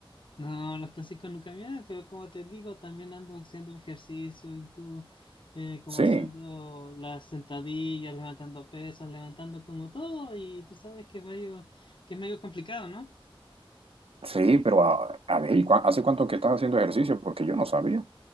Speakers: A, on the left; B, on the right.
A: No, los clásicos nunca me dan, pero como te digo, también ando haciendo ejercicio y tú, eh, como
B: Sí.
A: haciendo las sentadillas, levantando pesas, levantando como todo, y tú sabes que es medio, que es medio complicado, ¿no?
B: Sí, pero a, a ver, ¿y cua- hace cuánto que estás haciendo ejercicio? Porque yo no sabía.